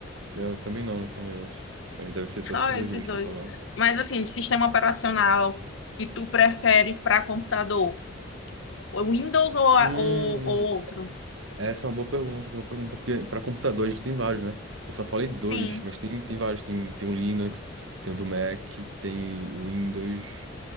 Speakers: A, on the right; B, on the left.
A: Eu também não, não conheço. Mas deve ser
B: só
A: só esses dois
B: esses
A: mesmo
B: dois.
A: pra celular.
B: Mas assim, de sistema operacional que tu prefere para computador, o Windows ou, a-
A: Hum,
B: ou, ou outro?
A: Essa é uma boa pergunta, essa é uma boa pergunta, porque para computador a gente tem vários, né? Eu só falei dois,
B: Sim.
A: mas tem, tem vários, tem, tem o Linux, tem o do Mac, tem o Windows,